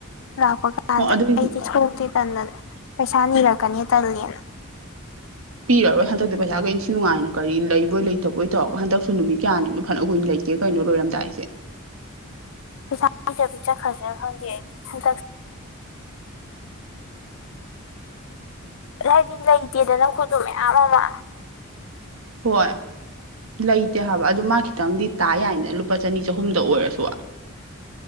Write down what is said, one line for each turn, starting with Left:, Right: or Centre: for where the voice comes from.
Left: ꯂꯥꯛꯄ꯫ ꯀꯥꯟꯗ
Right: ꯑꯣ ꯑꯗꯨꯏ
Left: ꯑꯩꯗꯤ ꯊꯣꯛꯇꯦ ꯇꯟꯗꯅ ꯄꯩꯁꯥ ꯅꯤꯔꯛꯀꯅꯤ ꯇꯜꯂꯦꯅ꯫
Right: ꯄꯤꯔꯣꯏ ꯍꯟꯗꯛꯇꯤ ꯄꯩꯁꯥꯒ ꯏꯟꯁꯤ ꯅꯨꯡꯉꯥꯏꯅ ꯀꯔꯤ ꯂꯩꯕꯣꯏ ꯂꯩꯇꯦ꯫ ꯇꯧꯕꯣꯏ ꯇꯧꯔꯒ ꯍꯟꯗꯛꯁꯨ ꯅꯨꯃꯤꯠ ꯀꯌꯥꯅꯤꯅ ꯐꯅ ꯀꯨꯏꯅ ꯂꯩꯇꯦ ꯀꯩꯅꯣ ꯂꯣꯏꯔꯝꯗꯥꯏꯁꯦ꯫
Left: ꯄꯩꯁꯥꯖꯕꯤ ꯆꯠꯈ꯭ꯔꯁꯅ ꯐꯪꯗꯦ ꯑꯩꯗꯤ ꯍꯟ꯫ ꯍꯥꯏꯗꯤ ꯂꯩꯇꯦꯗꯅ ꯑꯩꯏꯗꯣ ꯃꯌꯥꯝ ꯑꯃ꯫
Right: ꯍꯣꯏ ꯂꯩꯇꯦ ꯍꯥꯏꯕ ꯑꯗꯨ ꯃꯥ ꯈꯤꯇꯪꯗꯤ ꯇꯥ ꯌꯥꯏꯗꯅ ꯂꯨꯄꯥ ꯆꯅꯤ ꯆꯍꯨꯝꯗ ꯑꯣꯏꯔꯁꯨ꯫